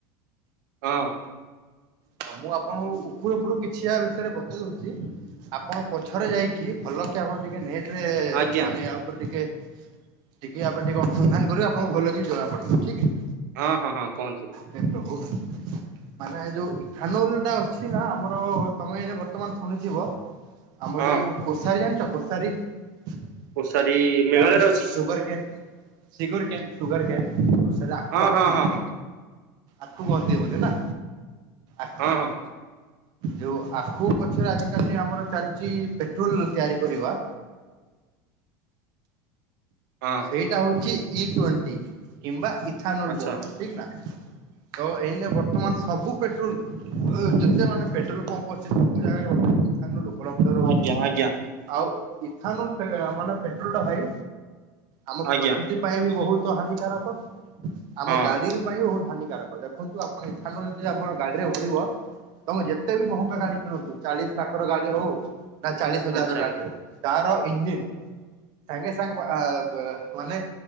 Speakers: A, on the right; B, on the right.
A: ହଁ।
B: ଅ ମୁଁ ଆପଣଙ୍କୁ ଉପରୁ ଉପରୁ କିଛି ଆ ବିଷୟରେ ବତେଇ ଦଉଚି। ଆପଣ ପଛରେ ଯାଇକି ଭଲ କି ଆପଣ ଟିକେ ନେଟ୍ ରେ
A: ଆଜ୍ଞା
B: ମାନେ ୟା ଉପରେ ଟିକେ ଟିକେ ଆପରେ ଟିକେ ଅନୁସନ୍ଧାନ କରିବେ ଆପଣଙ୍କୁ ଜଣାପଡ଼ିବ ଠିକ ହେ।
A: ହଁ ହଁ ହଁ କୁହନ୍ତୁ।
B: ହେ ପ୍ରଭୁ ମାନେ ଏ ଯୋଉ <unintelligible> ଟା ଅଛି ନା ଆମର ତମେ ଏ ବର୍ତମାନ ଶୁଣିିଥିବ ଆମର
A: ହଁ
B: ଯୋଉ କୋସାରୀ ଜାଣିଚକୋଷାରୀ ଯାହାକୁ
A: ଓ ସରି ମେଘାଳୟରେ
B: ସୁଗର
A: ଅଛି କି?
B: କେ ସୁଗର କେନ୍ ସୁୁଗର ସେଟା ଆଖୁ
A: ହଁ
B: ଆଖୁ
A: ହଁ ହଁ ହଁ
B: ଆଖୁ ବନ୍ତି ବୁଧେ ନା ଆଖୁ
A: ହଁ ହଁ
B: ଯୋଉ ଆଖୁ ଗଛରେ ଆଜିିକାଲି ଆମର ଚାଲିଚି ପେଟ୍ରୋଲ ତିଆରି କରିବା।
A: ହଁ
B: ସେଇଟା ହଉଛି ଇ ଟେଣ୍ଟି କିମ୍ବା ଇଥାନୋଲ
A: ଆଚ୍ଛା
B: ବୁଅନ୍ତୁ ଠିକ ନା। ତ ଏଇନେ ବର୍ତ୍ତମାନ ସବୁ ପେଟ୍ରୋଲ ଓ ଯେତେ ମାନେ ପେଟ୍ରୋଲ ପମ୍ପ ଅଛି ସବୁ ଜାଗରେ ଥାନାଲୁ ଉପଲବ୍ଧ ରହୁଚି
A: ଆଜ୍ଞା ଆଜ୍ଞା
B: ଆଉ ଇଥାନୋଲ ପେ ମାନେ ପେଟ୍ରୋଲ ଟା ଭାଇ ଆମ
A: ଆଜ୍ଞା
B: ପ୍ରକୃତି ପାଇଁ ବି ବହୁତ ହାନିକାରକ ଆମ
A: ହଁ
B: ଗାଡି ବି ପାଇଁ ବହୁତ ହାନିକାରକ। ଦେଖନ୍ତୁ ଆପଣ ଏଇଥାନ ଯଦି ଆମର ଗାଡିରେ ଭରିବ, ତମେ ଯେତେ ବି ମହଙ୍ଗା ଗାଡି କିଣନ୍ତୁ ଚାଳିଶ ଲାକ୍ଷର ଗାଡି ହଉ ନା ଚାଳିଶ ହଜାରର
A: ଆଚ୍ଛା
B: ଗାଡି ହଉ। ତାର ଇଞ୍ଜିିନ୍ ସାଙ୍ଗେ ସାଙ୍ଗେ ମାନେ